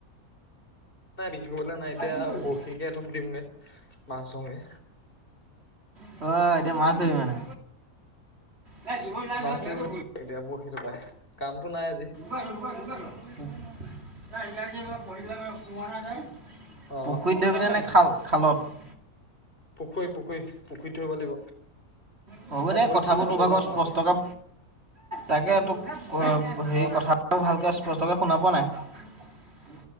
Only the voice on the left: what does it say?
তাবিছ গলে নাই এতিয়া
বৰশীকে টোপ দিমগে মাছ ধৰোগে
মাছ
ধৰিব
এতিয়া বৰশিটো পাই কামটো নাই। আজি
অ
পুখুৰীত পুখুৰী ধৰিব লাগিব
অ
ভৰিত
সিদিনাখন
গজাল
সোমালে
অ